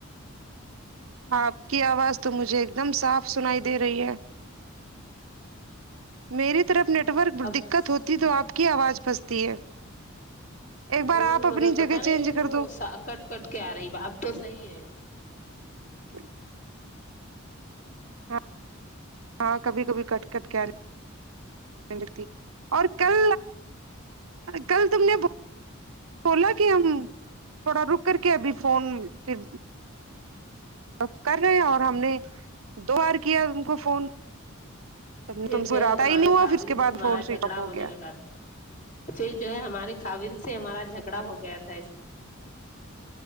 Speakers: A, on the right (about 80°); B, on the left (about 40°).
A: آپ کی آواز تو مجھے ایک دم صاف سنائی دے رہی ہے میری طرف نیٹورک
B: اب
A: دقت ہوتی تو آپ کی آواز پھنستی ہے ایک بار
B: ہوں
A: آپ اپنی
B: مگر
A: جگہ
B: پتا نہیں
A: چینج
B: کیوں
A: کر دو
B: کٹ کٹ کے آ رہی اب تو صحیح ہے
A: <inaudible> ہاں ہاں کبھی کبھی کٹ کٹ کے آری <unintelligible> اور کل کل تم نےبو کولا کہ ہم تھوڑا رک کر کے ابھی فون پھر ا کر رہے ہیں اور ہم نے دو بار کیا ان کو فون تم
B: پھر جو
A: سے رابطہ
B: ہے ہمارے
A: ہی نہیں ہوا
B: خاوند
A: پھر اس کے بعد
B: سے ہمارا
A: فون
B: جھگڑا
A: سوئچ آف ہو
B: ہونے
A: گیا
B: لگا تھا پھر جو ہے ہماری خاوند سے ہمارا جھگڑا ہو گیا تھا اس